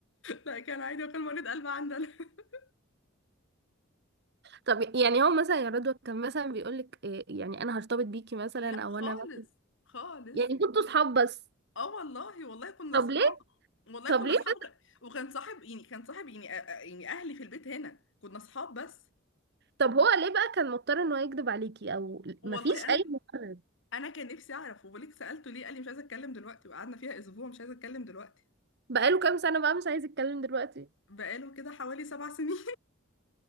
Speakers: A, on the left; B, on the right.
A: لا كان عادي وكان مريض قلب عندنا <laughs>
B: طب يعني هو مثلا يا رضوى كان مثلا بيقولك إيه يعني انا هرتبط بيكي مثلا
A: لا
B: او
A: خالص
B: انا مثلا
A: خالص
B: يعني كنتوا صحاب بس
A: اه والله والله كنا
B: طب
A: اصحاب
B: ليه
A: والله
B: طب
A: كنا
B: ليه
A: اصحاب
B: بس
A: وك- وكان صاحب يعني كان صاحب يعني أ- أ- يعني اهلي في البيت هنا كنا اصحاب بس
B: طب هو ليه بقى كان مضطر ان هو يكذب عليكي او
A: والله
B: مفيش
A: انا
B: اي مبرر
A: انا كان نفسي اعرف وبوليك سالته ليه قال لي مش عايزه اتكلم دلوقتي وقعدنا فيها اسبوع مش عايزه اتكلم دلوقتي
B: بقاله كام سنة بقى مش عايز يتكلم دلوقتي
A: بقاله كده حوالي سبع سنين